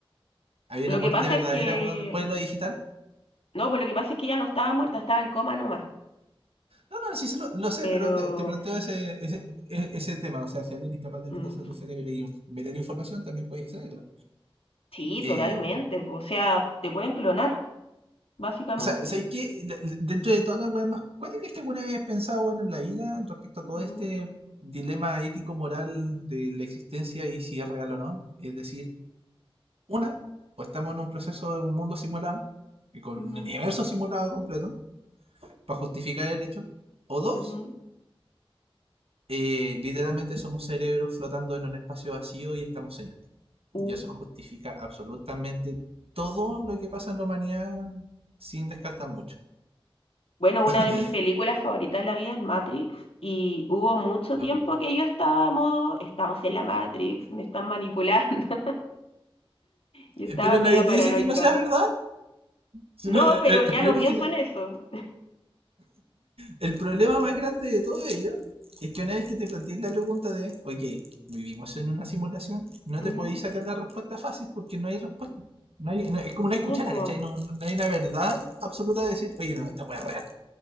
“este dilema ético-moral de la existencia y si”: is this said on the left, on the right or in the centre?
Right